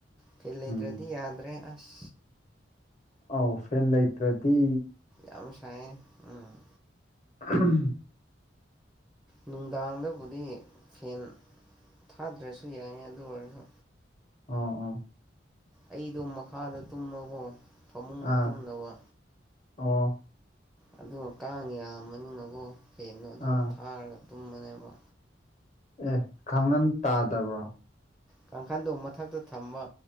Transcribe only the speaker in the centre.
ꯐꯤ ꯂꯩꯇ꯭ꯔꯗꯤ
ꯌꯥꯗ꯭ꯔꯦ ꯑꯁ
ꯌꯥꯝ ꯁꯥꯏꯌꯦ ꯎꯝ
ꯅꯨꯡꯗꯥꯡꯗꯕꯨꯗꯤ ꯐꯦꯟ ꯊꯥꯗ꯭ꯔꯁꯨ ꯌꯥꯏꯏ ꯑꯗꯨ ꯑꯣꯏꯔꯁꯨ
ꯑꯩꯗꯣ ꯃꯈꯥꯗ ꯇꯨꯝꯃꯒꯣ ꯐꯃꯨꯡꯅ
ꯇꯨꯝꯅꯕ
ꯑꯗꯨꯒ ꯀꯥꯡ ꯌꯥꯝꯕꯅꯤꯅꯀꯣ ꯐꯦꯟꯗꯣ ꯑꯗꯨꯝ
ꯊꯥꯔꯒ ꯇꯨꯝꯕꯅꯦꯕ
ꯀꯥꯡꯈꯟꯗ ꯃꯊꯛꯇ ꯊꯝꯕ